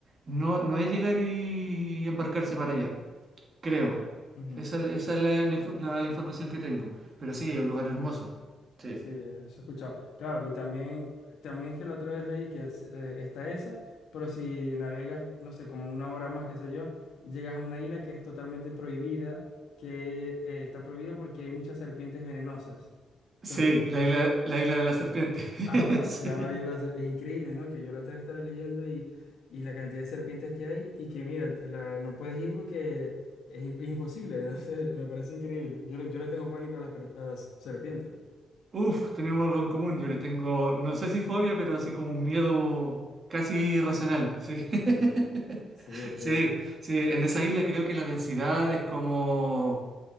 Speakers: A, on the right; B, on the left.
A: no, no es llegar y embarcarse para allá, creo.
B: ujú.
A: Esa, esa es la, la infor- la información que tengo. Pero sí, es un lugar hermoso. Sí.
B: Sí, eso he escuchado. Claro, y también, también es que la otra vez leí que es, eh, está esa, pero si navegas, no sé, como una hora más, qué sé yo, llegas a una isla que es totalmente prohibida, que eh, está prohibida porque hay muchas serpientes venenosas. Entonces,
A: Sí,
B: ahí te-
A: la isla, la isla de la serpiente. <laughs>
B: ah, bueno,
A: Sí.
B: se llama la isla, se- es increíble, ¿no? Que yo la otra vez estaba leyendo y, y la cantidad de serpientes que hay y que, mira, la- no puedes ir porque es, im- es imposible, <laughs> no sé, me parece increíble. Yo, le- yo le tengo pánico a las, per- a las serpientes.
A: Uf, tenemos algo en común. Yo le tengo, no sé si fobia, pero así como un miedo casi irracional. Sí. <laughs>
B: Ajá. Sí, es
A: Sí,
B: que...
A: sí, en esa isla creo que la densidad es como